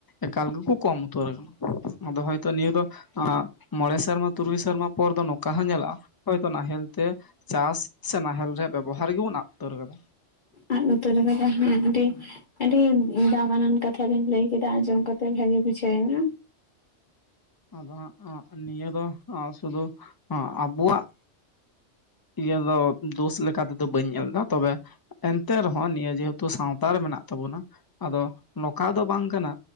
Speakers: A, on the left; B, on the left.
A: ᱮᱠᱟᱞ ᱜᱮᱠᱚ ᱠᱚᱢ ᱩᱛᱟᱹᱨ ᱟᱠᱟᱱᱟ᱾ ᱟᱫᱚ ᱦᱚᱭᱛᱚ ᱱᱤᱭᱟᱹ ᱫᱚ, ᱟᱸᱻ ᱢᱚᱬᱮ ᱥᱮᱨᱢᱟ, ᱛᱩᱨᱩᱭ ᱥᱮᱨᱢᱟ ᱯᱚᱨᱮ ᱯᱚᱨ ᱫᱚ ᱱᱚᱝᱠᱟ ᱦᱚᱸ ᱧᱮᱞᱚᱜ-ᱟ ᱦᱚᱭᱛᱚ ᱱᱟᱦᱮᱞ ᱛᱮ᱾ ᱪᱟᱥ ᱥᱮ ᱱᱟᱦᱮᱞ ᱨᱮᱭᱟᱜ ᱵᱮᱵᱚᱦᱟᱨ ᱜᱮᱵᱚᱱ ᱟᱫ ᱩᱛᱟᱹᱨ ᱠᱟᱫᱟ᱾
B: ᱟᱛ ᱩᱛᱟᱹᱨᱚᱜᱼᱞ-ᱟ ᱦᱮᱸ ᱟᱹᱰᱤ
A: ᱦᱩᱸ
B: ᱟᱹᱰᱤ ᱫᱟᱢᱟᱱᱟᱱ ᱠᱟᱛᱷᱟ ᱵᱮᱱ ᱞᱟᱹᱭ ᱠᱮᱫ᱾ ᱛᱟ, ᱟᱸᱡᱚᱢ ᱠᱟᱛᱮᱫ ᱵᱷᱟᱹᱜᱤ ᱵᱩᱡᱷᱟᱹᱣᱱᱟ᱾
A: ᱟᱫᱚ ᱦᱟᱸᱜ ᱱᱤᱭᱟᱹ ᱫᱚ ᱟᱸᱜ ᱥᱩᱫᱩ ᱟᱸᱜ ᱟᱵᱚᱣᱟᱜ᱾ ᱤᱭᱟᱹ ᱫᱚ, ᱫᱳᱥ ᱞᱮᱠᱟᱛᱮᱫᱚ ᱵᱟᱹᱧ ᱧᱮᱞᱮᱫᱟ, ᱛᱚᱵᱮ ᱮᱱᱛᱮ ᱨᱮᱦᱚᱸ ᱱᱤᱭᱟᱹ ᱡᱮᱦᱮᱛᱩ ᱥᱟᱶᱛᱟᱨᱮ ᱢᱮᱱᱟᱜ ᱛᱟᱵᱚᱱᱟ᱾ ᱟᱫᱚ ᱱᱚᱝᱠᱟ ᱫᱚ ᱵᱟᱝ ᱠᱟᱱᱟ